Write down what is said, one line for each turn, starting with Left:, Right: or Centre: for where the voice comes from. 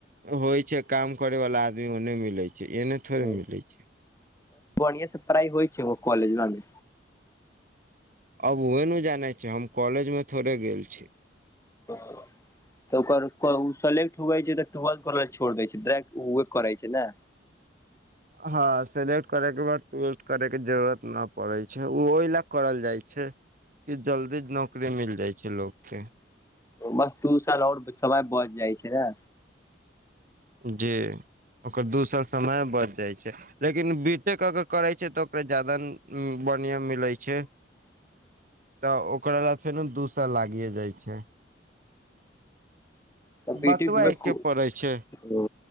Right: होइ छै काम करे वाला आदमी ओने मिलै छै एने
Left: छै
Right: थोड़े मिलै छै
Left: बढ़िया से पढ़ाई होइ छै कॉलेज लंग
Right: अब ओहे नहि जानै छै हम कॉलेज मे थोड़े गेल छी
Left: ह <inaudible> तऽ ओकर सेलेक्ट हुए छै त टुवेल्थ करके छोड़ दै छै डायरेक्ट उ करै छै ने
Right: हँ सेलेक्ट करयके बाद ट्वेल्थ करयके जरूरत नहि पड़ैत छै ओ ओहि लए करल जाइत छै कि जल्दी नौकरी मिल जाइ छै लोकके
Left: बस दू साल आओर समय बच जाइ छै ने
Right: जे ओकर दोसर समय बच जाए छै लेकिन बीटेक अगर करै छै त ओकरा ज्यादा बढ़िया मिले छै
Left: ह <inaudible>
Right: त ओकरा ल फेर न दू साल लागिए जाइ छै
Left: तऽ पी
Right: बतबा
Left: टी बु <inaudible>
Right: एके पड़ै छै
Left: ओ